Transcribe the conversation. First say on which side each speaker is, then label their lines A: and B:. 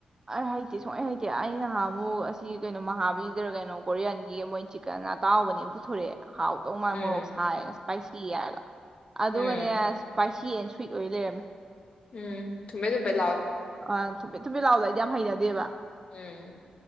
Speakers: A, on the right; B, on the left.
A: ꯑꯩ ꯍꯩꯇꯦ ꯁꯨꯡ ꯍꯩ ꯍꯩꯇꯦ ꯑꯩꯅ ꯍ ꯑꯃꯛ ꯑꯁꯤ ꯀꯩꯅꯣ ꯃꯍꯥꯕꯤꯂꯤꯗꯔ ꯀꯩꯅꯣ ꯀꯣꯔꯤꯌꯥꯟꯒꯤ ꯃꯣꯏ ꯆꯤꯛꯀꯟ ꯑꯇꯥꯎꯕꯅꯦꯅ ꯄꯨꯊꯣꯔꯛꯑꯦ ꯍꯥꯎꯗꯧ ꯃꯥꯥꯏ
B: ꯎꯝ
A: ꯃꯣꯔꯣꯛ ꯁꯥꯏꯅ ꯄꯩꯁꯤ ꯌꯥꯒ ꯑꯗꯨꯒꯅꯦ
B: ꯎꯝ
A: ꯄꯩꯁ ꯁꯤ ꯌꯦꯟ ꯁ꯭ꯋꯤꯠ ꯑꯣꯏꯅ ꯂꯩꯔꯝꯃꯤ
B: ꯎꯝ ꯊꯨꯝꯃꯦ ꯊꯨꯝꯄꯦꯇ
A: ꯑ ꯊꯨꯝꯄꯦꯠ ꯊꯨꯝꯄꯦꯠ ꯂꯥꯎꯕꯗꯣ ꯑꯩ ꯌꯥꯝ ꯍꯩꯏꯅ ꯗꯦꯕꯥ
B: ꯎꯝ